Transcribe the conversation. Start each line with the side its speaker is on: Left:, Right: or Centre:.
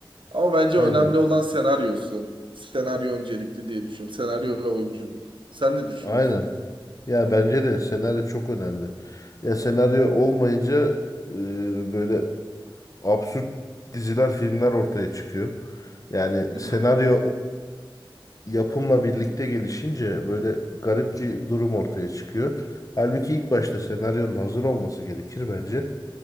Right: Ama bence
Left: Aynen.
Right: önemli olan senaryosu. Senaryo öncelikli diye düşünüyorum. Senaryo ve oyunculuk. Sen ne düşünüyorsun?
Left: Aynen. Ya bence de senaryo çok önemli. Ya senaryo olmayınca e, böyle absürt diziler, filmler ortaya çıkıyor. Yani
Right: Hı
Left: senaryo
Right: hı.
Left: yapımla birlikte gelişince böyle garip bir durum ortaya çıkıyor. Halbuki ilk başta senaryonun hazır olması gerekir bence.